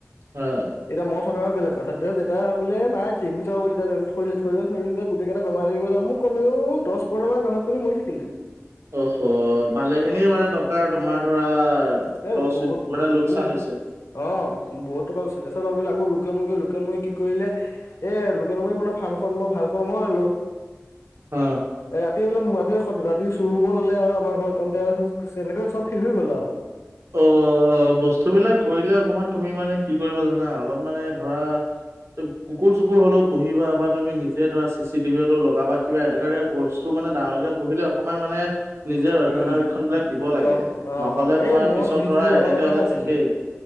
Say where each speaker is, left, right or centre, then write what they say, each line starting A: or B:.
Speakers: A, on the right; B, on the left.
A: আ।
B: এতিয়া মই থকা হলে বেলেগ কথা, দেউতাই ভাবিলে নাই ঠিক হৈ যাব বুলি এতিয়ালে থৈ দিলে থৈ দিওঁতে থৈ দিওঁতে গোটেইকেইটা বেমাৰ লাগি গল আও মোক কমেও দছ পোন্ধৰটামান গাহৰি পোৱালি মৰি থাকিলে।
A: অহ ভালে খিনিৰ মানে টকাৰ তোমাৰ ধৰা
B: এই
A: লচ
B: বহুত বস্তু
A: মানে লোকচান
B: উম।
A: হৈছে।
B: অ মোৰ বহু টকা <unintelligible> ভাবিলে আকৌ লোকেল মুৰ্গী লোকেল মুৰ্গী কি কৰিলে এ লোকেল মুৰ্গী মানে ফাৰ্মখন মই ভালকৈ নৱনালো।
A: অঁ।
B: এ ৰাতি এইবিলাক ৰাতি ৰাতি চুৰ হব ললে আৰু আমাৰ ঘৰত এই কনতে আৰু <unintelligible> চব শেষ হৈ গ'ল আও।
A: অ বস্তুবিলাক কৰিলে অকমান তুমি মানে কি কৰিবা জানা? অলপ মানে ধৰা কুকুৰ চুকুৰ হলেও পুহিবা বা তুমি নিজে ধৰা চি চি টিভি হলেও লগাবা, কিবা এনেকুৱাে বস্তু মানে ডাঙৰকে পোহিলে অকমান মানে নিজে ৰক্ষণাবেক্ষন
B: উম,
A: বিলাক দিব লাগে,
B: গম অ'
A: নহলে
B: গম এই
A: তোমাৰ
B: মই
A: পিছত
B: চি চি
A: ধৰা
B: টিভি লগোৱা
A: এনেকে
B: কথাই
A: হলে
B: আছিলে।
A: শেষেই